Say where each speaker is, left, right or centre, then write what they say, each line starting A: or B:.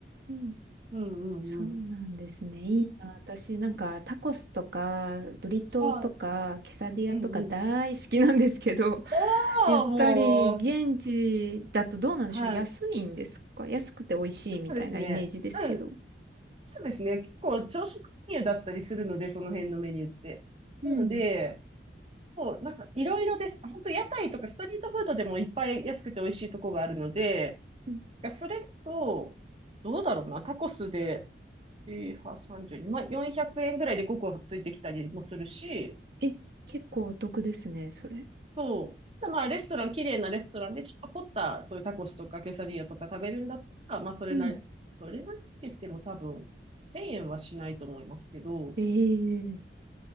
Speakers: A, on the right; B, on the right.
A: ん。
B: うん
A: そうなんですね。
B: うんうん。
A: いいな。私なんかタコスとかブリトーとかケサディアとか大好きなんですけど、
B: はい。うんうん。お
A: <laughs> やっぱり現地だとどうなんでしょう。
B: ー、もう。はい。
A: 安いんですか安くて美味しいみたいなイメージですけど。
B: なんかですね。うん。そうですね。結構朝食メニューだったりするので、その辺のメニューって。
A: うん。
B: なので、こう、なんかいろいろです。本当屋台とかストリートフードでもいっぱい安くて美味しいとこがあるので、
A: うん
B: がそれと、どうだろうな。タコスで、えー、3にまあ、400円ぐらいで5個ついてきたりもするし、
A: え、結構お得ですね、それ。
B: そう。ただまあ、レストラン、綺麗なレストランで、ちょっと凝った、そういうタコスとかケサディアとか食べるんだったら、まあ、それなり、
A: うん。
B: それなりって言っても多分、1000円はしないと思いますけど、
A: ええ